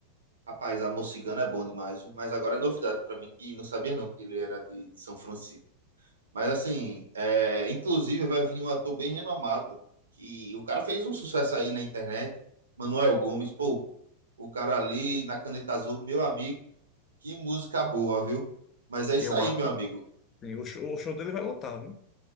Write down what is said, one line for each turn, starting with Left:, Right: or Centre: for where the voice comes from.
Right: Rapaz, Amor Cigano é bom demais, viu? Mas agora é novidade pra mim que não sabia não que ele era de, de São Francisco. Mas assim, é, inclusive vai vir um ator bem renomado, que o cara fez um sucesso aí na internet, Manuel Gomes, pô, o cara ali na Caneta Azul, meu amigo, que música boa, viu? Mas é isso
Left: Eu
Right: aí,
Left: acho
Right: meu amigo,
Left: que o show, o show dele vai lotar, viu?